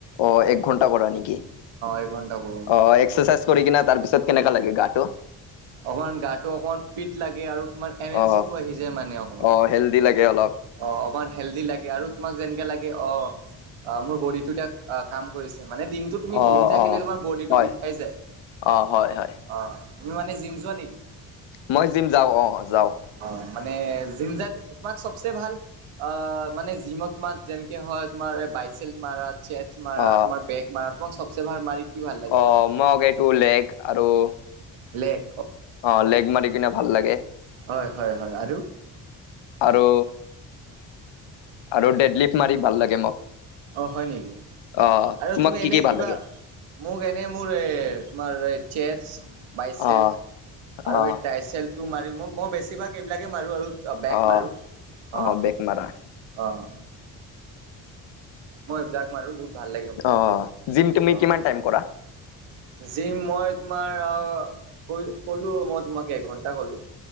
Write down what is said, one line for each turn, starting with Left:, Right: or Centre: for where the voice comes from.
Left: অ', এক ঘণ্টা কৰা নেকি? অ',
Right: এঘন্টা কৰোঁ মই
Left: এক্সাৰচাইজ কৰি কিনে তাৰ পিছত কেনেকা লাগে গাটো?
Right: অকমান গাটো অকমান ফিট লাগে আৰু তোমাৰ এনাৰ্জিটো
Left: অ
Right: আহি যায় মানে অকমান।
Left: অ হেল্ডি লাগে অলপ
Right: অ', অকমান হেল্ডি লাগে আৰু তোমাক যেনেকে লাগে অ', আ, মোৰ বডিটো অ', কাম কৰিছে মানে দিনটো তুমি
Left: অ
Right: বহি থাকিলে
Left: অ
Right: তোমাৰ বডিটো
Left: হয়
Right: বিষাই যায়
Left: অ হয় হয়
Right: অ', তুমি মানে জিম যোৱা নেকি?
Left: মই জিম যাওঁ অ', যাওঁ।
Right: অ মানে জিমজাত তোমাক চবচে ভাল অ', মানে জিমত তোমাৰ যেনেকে হয় তোমাৰ বাইচেল মাৰা চেচ মাৰা,
Left: অ
Right: তোমাৰ বেগ মাৰা, তোমাক চবচে ভাল মাৰি কি ভাল লাগে
Left: অ',
Right: মানে?
Left: মইগে টু লেগ আৰু
Right: লেক।
Left: অ', লেগ মাৰি কিনে ভাল লাগে।
Right: হয, হয়, হয়, আৰু?
Left: আৰু আৰু ডেডলিফ মাৰি ভাল লাগে মোক।
Right: অ', হয় নেকি?
Left: আহ
Right: আৰু
Left: তোমাক
Right: তুমি
Left: কি
Right: এনে
Left: কি ভাল
Right: কিবা
Left: লাগে
Right: মোক এনে মোৰ এ তোমাৰ চেছ বাইচেল
Left: আহ আহ
Right: আৰু এই ট্ৰাইচেল তো মাৰি মই মই বেছিভাগ এইবিলাকে মাৰোঁ আৰু অ', বেগ
Left: আহ
Right: মাৰো
Left: আহ
Right: অ'
Left: বেক মাৰা
Right: অ' মই এইবিলাক মাৰো বহুত ভাল লাগে। মোৰ
Left: আহ জিম তুমি
Right: অ'
Left: কিমান টাইম কৰা
Right: জিম মই তোমাৰ ক কলো মই তোমাক এঘণ্টা কলো